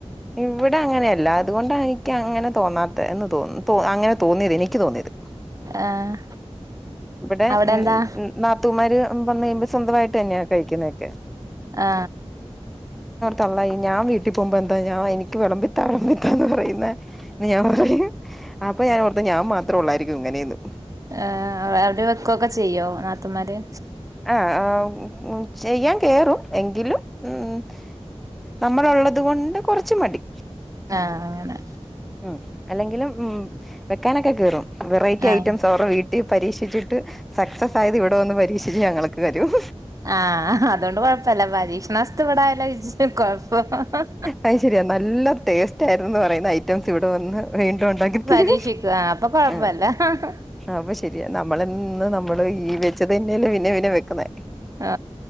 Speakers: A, in the centre; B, on the right (about 30°).
A: ഇവിടെ അങ്ങനെയല്ല അത് അതുകൊണ്ടാണ് എനിക്ക് അങ്ങനെ തോന്നാത്ത എന്ന് തോന്നുന്നു അങ്ങനെ തോന്നിയത് എനിക്ക് തോന്നിയത്.
B: ആഹ്
A: ഇവിടെ
B: അവിടെ
A: ഉം
B: എന്താ
A: നാത്തൂമാര് മ്പോന്നു കഴിയുമ്പോ സ്വന്തമായിട്ട് തന്നെയ കഴിക്കുന്നൊക്കെ
B: ആ
A: തള്ളേ ഞാൻ വീട്ടിൽ പോവുമ്പോ എന്താ ഞാൻ എനിക്ക് വിളമ്പിത്താ തള്ളേ ന്ന് പറയുന്ന ഞാൻ പറയും അപ്പൊ ഞാനോർത്തു ഞാൻ മാത്രാ അത്രള്ളായിരിക്കും ഇങ്ങനെയന്ന്
B: ഏ അവരുടെ വെക്കൊക്കെ ചെയ്യോ നാത്തന്മാര്
A: ആ ആ ചെയ്യാൻ കേറും എങ്കിലും ഉം നമ്മളുള്ളത് കൊണ്ട് കുറച്ച് മടി
B: ആ അങ്ങനെ
A: ഉം അല്ലെങ്കിലും ഉം വെക്കാനൊക്കെ കയറും വെറൈറ്റി
B: ആഹ്
A: ഐറ്റംസ് അവർടെ വീട്ടി പരീക്ഷിച്ചിട്ട് സക്സസ് ആയത് ഇവിടെ വന്ന് പരീക്ഷിച്ച് ഞങ്ങൾക്ക് തരും
B: ആഹ് അതുകൊണ്ട് കൊഴപ്പല്ല പരീക്ഷണാവസ്ഥ ഇവിടെ ആയാലാ കൊഴപ്പം
A: അത് ശരിയാ നല്ല ടേസ്റ്റ് ആയിരുന്നെന്നു പറയുന്ന ഐറ്റ് ഇവിടെ വന്ന് വീണ്ടും ഉണ്ടാക്കിത്തരും
B: പരീക്ഷിക്കും ആഹ് അപ്പൊ കൊഴപ്പല്ല
A: ആ അപ്പൊ ശരിയാ നമ്മള് ന്ന് നമ്മള് ഈ വെച്ചതുതന്നെയല്ലേ പിന്നെയും പിന്നെയും വെക്കുന്നേ
B: ആ